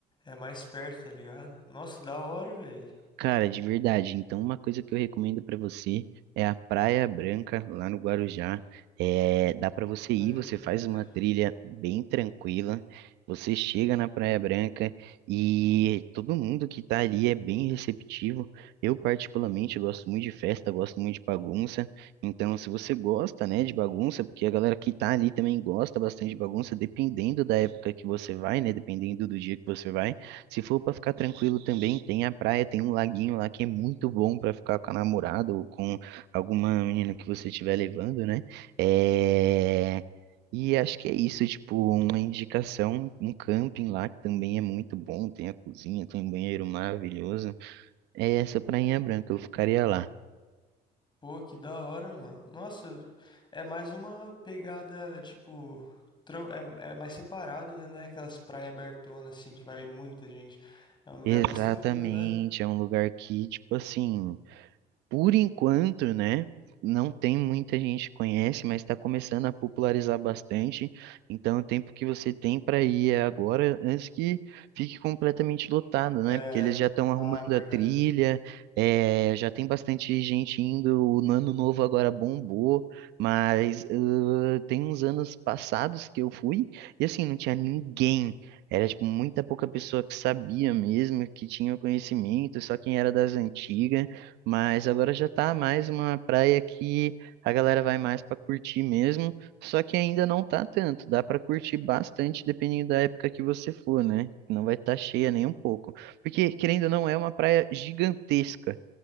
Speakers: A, on the left; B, on the right.
A: é mais perto, tá ligado? Nossa, da hora, velho.
B: Cara, de verdade. Então, uma coisa que eu recomendo pra você é a Praia Branca, lá no Guarujá. É, dá pra você
A: Praia
B: ir, você
A: Branca.
B: faz uma trilha bem tranquila. Você chega na Praia Branca e todo mundo que tá ali é bem receptivo. Eu, particularmente, eu gosto muito de festa, gosto muito de bagunça. Então, se você gosta, né, de bagunça, porque a galera que tá ali também gosta bastante de bagunça, dependendo da época que você vai, né, dependendo do dia que você vai. Se for para ficar tranquilo também, tem a praia, tem um laguinho lá que é muito bom para ficar com a namorada ou com alguma menina que você estiver levando, né? É... E acho que é isso, tipo, uma indicação, um camping lá que também é muito bom, tem a cozinha, tem um banheiro maravilhoso. É essa Prainha Branca, eu ficaria lá.
A: Pô, que da hora, mano. Nossa, é mais uma pegada, tipo, tran- é, é mais separado, né? Não é aquelas praias abertonas, assim, que vai muita gente. É um lugar
B: Exatamente,
A: mais tranquilo, né?
B: é um lugar que, tipo assim, Por enquanto, né? Não tem muita gente que conhece, mas está começando a popularizar bastante. Então, o tempo que você tem para ir é agora, antes que fique completamente lotado, né?
A: É,
B: Porque eles já estão
A: ah,
B: arrumando
A: verdade.
B: a trilha, eh, já tem bastante gente indo. O Ano Novo agora bombou, mas ãh, tem uns anos passados que eu fui e assim, não tinha ninguém. Era tipo muita pouca pessoa que sabia mesmo, que tinha o conhecimento, só quem era das antigas. Mas agora já tá mais uma praia que a galera vai mais para curtir mesmo, só que ainda não tá tanto, dá para curtir bastante dependendo da época que você for, né? Não vai estar cheia nem um pouco, porque querendo ou não é uma praia gigantesca,